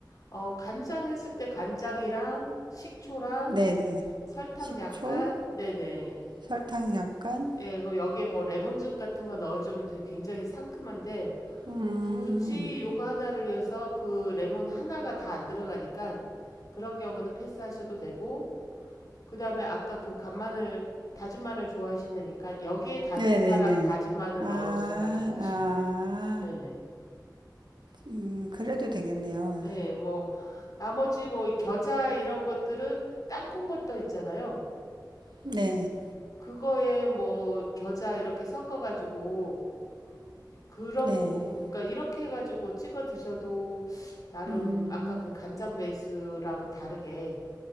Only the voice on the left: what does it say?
어, 간장 했을 때 간장이랑 식초랑
설탕
약간, 네네.
예, 그리고 여기에 뭐 레몬즙 같은 거 넣어주면 되게 굉장히 상큼한데,
굳이 요거 하나를 위해서 그 레몬 하나가 다 안 들어가니까 그런 경우는 패스하셔도 되고 그다음에 아까 그 간마늘 다진 마늘 좋아하신다니까 여기에 다진
파랑 다진 마늘
넣으셔 가지고 하시면
돼요. 네네.
네, 뭐 나머지 뭐 겨자 이런 것들은 땅콩버터 있잖아요.
그거에 뭐 겨자 이렇게 섞어 가지고 그런
부분 그러니까 이렇게 해 가지고 찍어 드셔도 나름
아까 그 간장 베이스랑은 다르게